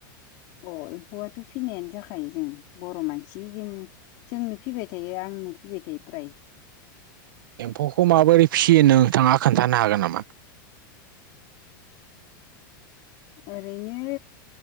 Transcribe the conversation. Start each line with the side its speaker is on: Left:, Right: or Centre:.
Left: अ एम्फौआथ' फिनायानो जाखायो जों बर' मानसि जों जोंनो फिबाय थायो आंनो फिबाय थायो फ्राय।
Right: एम्फौखौ माबोरै फिसियोोन नोंथाङा खोन्थानो हागोन नामा?
Left: ओरैनो